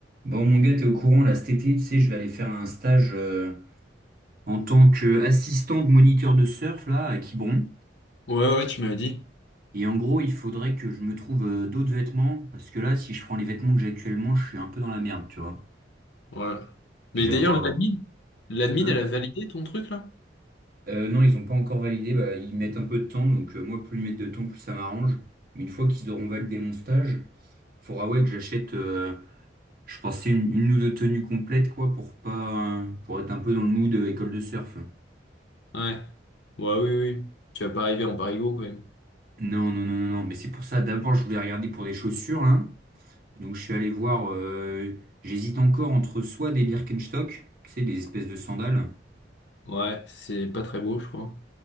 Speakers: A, on the right; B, on the left.
A: Bon, mon gars, t'es au courant, là, cet été, tu sais, je vais aller faire un stage euh, en tant qu'assistant de moniteur de surf, là, à Quiberon.
B: Ouais, ouais, tu m'avais dit.
A: Et en gros, il faudrait que je me trouve euh, d'autres vêtements, parce que là, si je prends les vêtements que j'ai actuellement, je suis un peu dans la merde, tu vois.
B: Ouais. Mais
A: Je
B: d'ailleurs,
A: vais avoir...
B: l'admin, l'admin,
A: Hein
B: elle a validé ton truc, là?
A: Euh, non, ils ont pas encore validé, bah, ils mettent un peu de temps, donc euh, moi, plus ils mettent de temps, plus ça m'arrange. Mais une fois qu'ils auront validé mon stage, faudra, ouais, que j'achète, euh, je pensais, une, une ou deux tenues complètes, quoi, pour pas... pour être un peu dans le mood euh, école de surf.
B: Ouais. Ouais, oui, oui. Tu vas pas arriver en parigo, quand même.
A: Non, non, non, non, non. Mais c'est pour ça, d'abord, je voulais regarder pour des chaussures, là. Donc, je suis allé voir. euh, j'hésite encore entre soit des Birkenstock, tu sais, des espèces de sandales.
B: Ouais, c'est pas très beau, je crois.